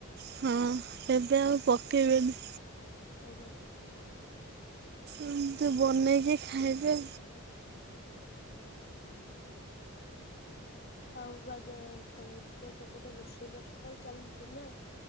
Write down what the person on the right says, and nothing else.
ହଁ ଏବେ ଆଉ ପକେଇବେନି।
ଏମିତି ବନେଇକି ଖାଇବେ।